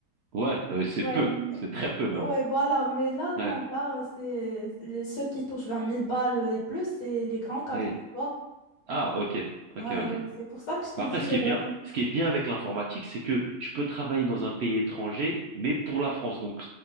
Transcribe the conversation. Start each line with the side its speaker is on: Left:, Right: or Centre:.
Right: Ouais, euh, c'est
Left: Ouais,
Right: peu,
Left: mais-
Right: c'est très peu même.
Left: oh, ouais, voilà, mais là, non,
Right: Ouais,
Left: là, c'est les- ceux qui touchent vingt mille balles et plus, c'est les grands cadres,
Right: ouais.
Left: tu vois.
Right: Ah, ok, ok,
Left: Ouais,
Right: ok.
Left: ouais,
Right: Mais
Left: c'est pour ça que je t'ai
Right: Après,
Left: dit,
Right: ce qui
Left: euh,
Right: est bien, ce qui est bien avec l'informatique, c'est que je peux travailler dans un pays étranger, mais pour la France, donc